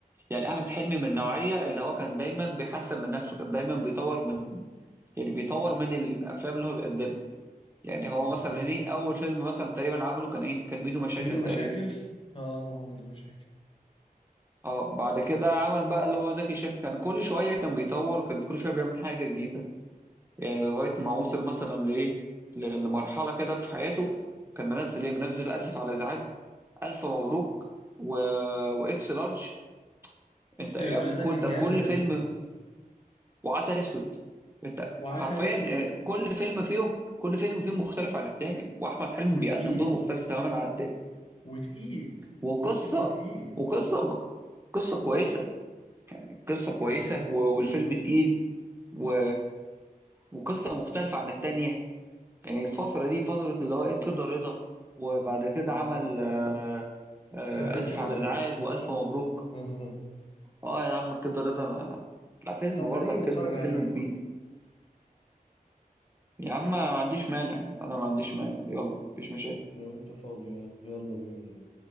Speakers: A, on the right (about 15°); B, on the left (about 35°).
A: يعني احمد حلمي من النوعيه اللي هو كان دايما بيحسن من نفسه كان دايما بيطور من يعني بيطور من الافلام اللي هو بيقدمها يعني هو
B: بالظبط
A: مثلا ايه اول فيلم مثلا تقريبا عمله كان ايه كان ميدو مشاكل
B: ميدو
A: تقريبا
B: مشاكل اه هو ميدو مشاكل
A: اه بعد كده عمل بقى اللي هو زكي شان كان كل شويه كان بيطور كان كل شويه بيعمل حاجه جديده يعني لغايه ما وصل مثلا لايه ل- لمرحله كده في حياته كان منزل ايه منزل اسف على الازعاج الف مبروك و... واكس لارج انت
B: اكس
A: يعني
B: لارج
A: كل
B: ده كان
A: ده
B: جامد
A: كل
B: يا
A: فيلم
B: اسطى
A: وعسل اسود انت
B: وعسل
A: حرفيا
B: اسود
A: آه، كل فيلم فيهم كل فيلم فيهم مختلف عن التاني واحمد حلمي
B: وتقيل
A: بيقدم دور مختلف تماما عن التاني
B: وتقيل
A: وقصة
B: كل فيلم تقيل
A: وقصة قصة كويسة قصة كويسة
B: بالظبط
A: و- والفيلم تقيل و... وقصة مختلفة عن التانية يعني الفترة دي فترة اللي هو ايه كده رضا وبعد كده
B: مم.
A: عمل آه، آه،
B: تحب انت
A: آسف
B: كده
A: على الإزعاج
B: رضا
A: وألف مبروك
B: <laughs>
A: اه يا عم كده رضا أنا... لا فيلم
B: طب ما
A: برضك
B: تيجي نتفرج
A: فيلم
B: عليه
A: فيلم كبير يا عم ما عنديش مانع انا ما عنديش مانع يلا مفيش مشاكل
B: لو انت فاضي يعني. يلا بينا